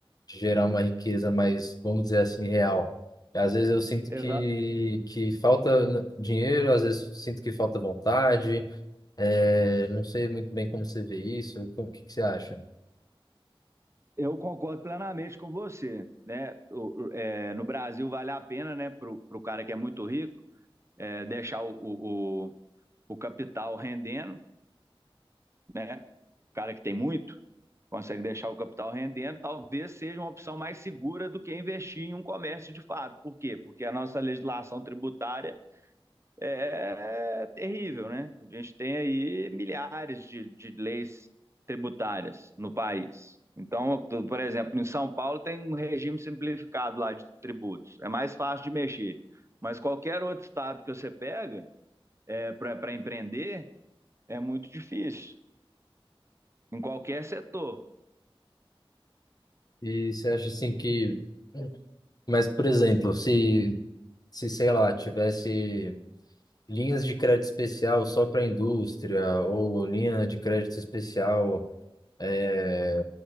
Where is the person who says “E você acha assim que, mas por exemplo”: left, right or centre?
Left